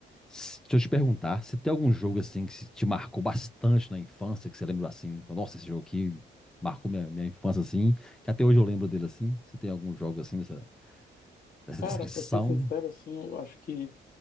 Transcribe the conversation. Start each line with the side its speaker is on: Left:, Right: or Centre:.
Centre: S- Deixa eu te perguntar, se tem algum jogo, assim, que se te marcou bastante na infância, que você lembra, assim, fala, nossa, esse jogo aqui marcou minha, minha infância, assim, que até hoje eu lembro dele, assim. Você tem algum jogo, assim, dessa, dessa
Left: Cara,
Centre: descrição?
Left: pra ser sincero, assim, eu acho que